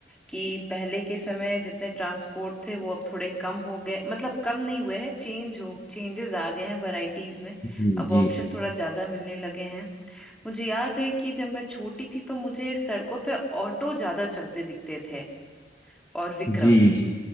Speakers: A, in the centre; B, on the left (about 20°).
A: कि पहले के समय जितने ट्रांसपोर्ट थे वो अब थोड़े कम हो गए मतलब कम नहीं हुए हैं चेंज हो चेंजेस आ गए हैं वैरायटीज में
B: जी
A: अब
B: जी
A: ऑप्शन थोड़ा ज्यादा मिलने लगे हैं मुझे याद है कि जब मैं छोटी थी तो मुझे सड़कों पे ऑटो ज्यादा चलते दिखते थे और विक्रम
B: जी जी